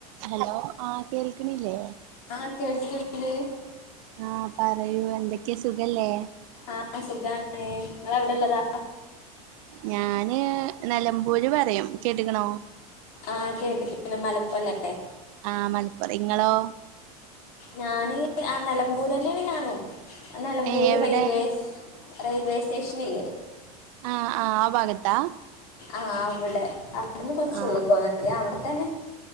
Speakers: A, on the right; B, on the left.
A: ഹലോ ആഹ് കേൾക്ക്ണില്ലേ
B: ആഹ് കേൾക്ക്ണ് ണ്ട്
A: ആഹ് പറയൂ എന്തെക്കെ സുഖല്ലേ
B: ആഹ് സുഖാണ് ഇങ്ങളഎവിടെള്ളതാ
A: ഞാന് നെലമ്പൂര് പറയും കേട്ടിക്ക്ണോ
B: ആഹ് കേട്ട്ക്ക്ണ് മലപ്പാെറല്ലേ
A: ആഹ് മലപ്പുറം ഇങ്ങളോ
B: ഞാന് ആഹ് നെലമ്പൂരന്നെണ് ഞാനും നെലമ്പൂര്
A: ഏഹ് എവിടെ
B: റെയിൽവേസ് റെയിൽവേ സ്റ്റേഷ്നില്ലെ
A: ആഹ് ആഹ് ആ ഭാഗത്താ
B: ആഹ് അവ്ടെ അവിട്ന്ന് കൊറച്ചുള്ള്ക്കാേന്നാതി
A: ആഹ്
B: അവ്ടത്തന്നെ